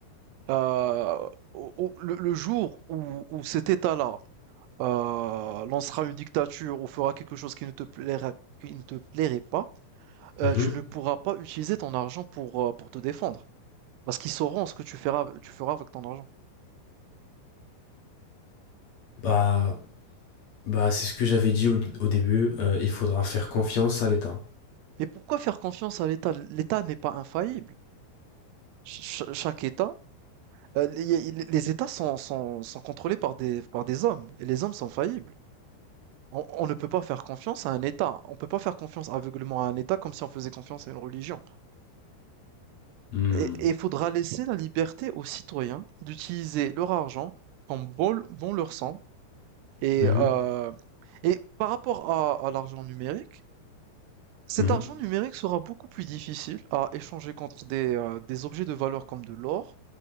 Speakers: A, on the right (about 80°); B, on the left (about 65°).
A: euh, au- au- le, le jour où, où cet État-là euh, lancera une dictature ou fera quelque chose qui ne te plairait, qui ne te plairait pas, heu,
B: Mhm.
A: tu ne pourras pas utiliser ton argent pour, heu, pour te défendre. Parce qu'ils sauront ce que tu feras tu feras avec ton argent.
B: Bah, bah c'est ce que j'avais dit au, au début, euh, il faudra faire confiance à l'État.
A: Mais pourquoi faire confiance à l'État? L'État n'est pas infaillible. Ch chaque État, heu, les les États sont sont sont contrôlés par des par des hommes et les hommes sont faillibles. On on ne peut pas faire confiance à un État. On ne peut pas faire confiance aveuglément à un État comme si on faisait confiance à une religion.
B: Mhm.
A: Et il faudra laisser la liberté aux citoyens d'utiliser leur argent comme bon bon leur semble et
B: Mhm,
A: heu et par rapport à à l'argent numérique, Cet
B: mhm.
A: argent numérique sera beaucoup plus difficile à échanger contre des, euh, des objets de valeur comme de l'or,